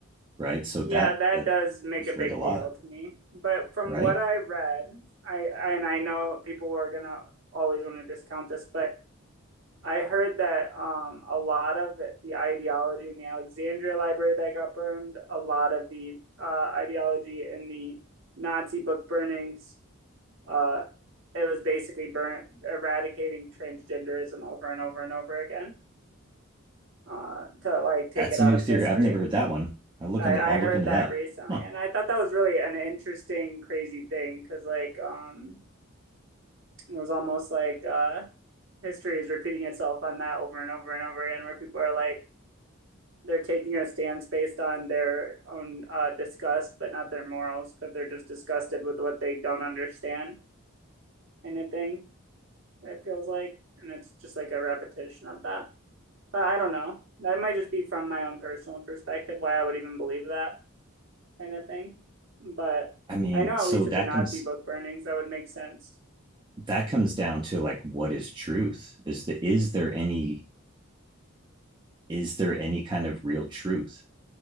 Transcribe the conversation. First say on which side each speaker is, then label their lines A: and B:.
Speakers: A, on the right; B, on the right.
A: right? So
B: Yeah,
A: that
B: that
A: uh,
B: does make
A: destroyed
B: a big
A: a lot,
B: deal to me. But from
A: right?
B: what I read, I, I and I know people are gonna always want to discount this, but I heard that um, a lot of the ideology in the Alexandria Library that got burned, a lot of the uh, ideology in the Nazi book burnings, uh, it was basically burn eradicating transgenderism over and over and over again uh, to like take
A: That's
B: it
A: a
B: out
A: new
B: of
A: theory.
B: history.
A: I've never heard that one. I'll look
B: I,
A: into I'll
B: I heard
A: look into
B: that
A: that.
B: recently,
A: Huh.
B: and I thought that was really an interesting, crazy thing because like um, it was almost like uh, history is repeating itself on that over and over and over again, where people are like they're taking a stance based on their own uh, disgust, but not their morals, because they're just disgusted with what they don't understand. Anything it feels like, and it's just like a repetition of that. But I don't know. That might just be from my own personal perspective why I would even believe that kind of thing. But
A: I mean,
B: I know
A: so
B: at least
A: that
B: with the Nazi
A: comes
B: book burnings, that would make sense.
A: that comes down to like what is truth? Is the is there any is there any kind of real truth?